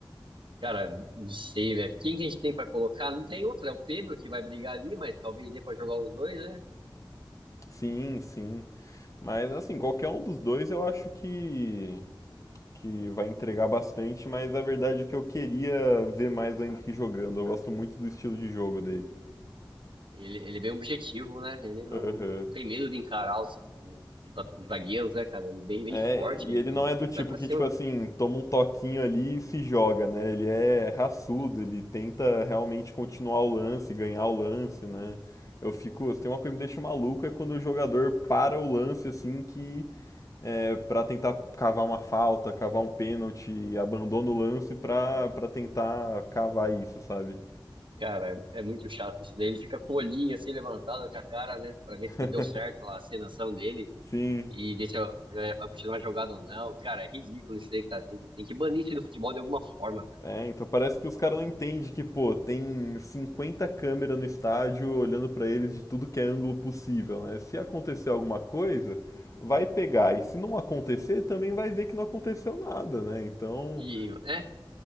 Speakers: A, on the right; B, on the left.
A: Cara, não sei, velho. Quem que a gente tem pra colocar? Não tem outro, é o Pedro que vai brigar ali, mas talvez dê pra jogar os dois, né?
B: Sim, sim. Mas assim, qualquer um dos dois eu acho que que vai entregar bastante, mas a verdade é que eu queria ver mais o Hendrick jogando. Eu gosto muito do estilo de jogo dele.
A: Ele, ele é bem objetivo, né? Ele não
B: Aham.
A: tem medo de encarar os, os, os zagueiros, né, cara? Ele é bem, bem
B: É,
A: forte,
B: e
A: ele,
B: ele não é do
A: ele
B: tipo
A: vai pra
B: que,
A: cima,
B: tipo assim,
A: né?
B: toma um toquinho ali e se joga, né? Ele é raçudo,
A: E,
B: ele tenta realmente continuar o lance, ganhar o lance, né? Eu fico, tem uma coisa que me deixa maluco é quando o jogador para o lance assim que é para tentar cavar uma falta, cavar um pênalti, abandona o lance pra para tentar cavar isso, sabe?
A: Cara, é, é muito chato isso daí. Ele fica com o olhinho assim levantado com a cara, né? Pra ver se
B: <laughs>
A: deu certo lá a cenação dele
B: Sim.
A: e deixa é, vai continuar a jogada ou não. Cara, é ridículo isso aí, cara. Tem que, tem que banir isso aí do futebol de alguma forma, cara.
B: É, então parece que os caras não entendem que, pô, tem 50 câmeras no estádio olhando pra eles de tudo que é ângulo possível, né? Se acontecer alguma coisa, vai pegar. E se não acontecer, também vai ver que não aconteceu nada, né? Então,
A: E, é.